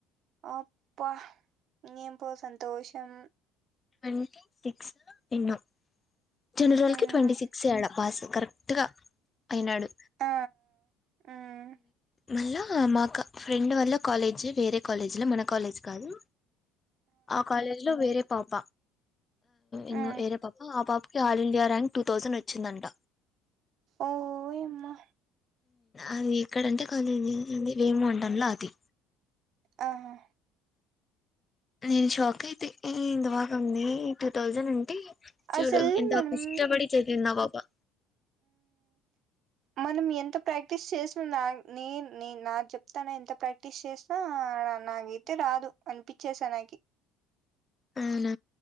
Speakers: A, on the right (about 60°); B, on the left (about 30°).
A: అప్పా నియంపో సంతోషం
B: ట్వంటీ టిక్స్ విను జనరల్
A: మ్మ్
B: కి ట్వంటీ సిక్స్ అడా పాస్ కరెక్ట్ గా అయినాడు
A: ఆ మ్మ్
B: మళ్ళా మాకు ఫ్రెండ్ వల్ల కాలేజీ వేరే కాలేజీలో మన కాలేజ్ కాదు ఆ కాలేజ్ లో వేరే పాప ఇ
A: మ్మ్
B: వేరే పాప ఆ పాపకి all India rank two thousand వచ్చిందంట
A: ఓ యమ్మా
B: అది ఇక్కడంటే కానీ ఏమ అంటనులో అది
A: ఆహా
B: నేన్షాక్ అయితే ఇ దవ నీ ట్రిప్ థౌజండ్ ఉంటే చూడు
A: అసలు
B: ఎంత
A: మనం
B: కష్టపడి చదిందా బాబా
A: మన ప్రాక్టీస్ చేసినా నా నేను నే నాకు చెప్తాను ఎంత ప్రాక్టీస్ చేసినా నాగైతే రాదు అనిపించేసా నా
B: అవునా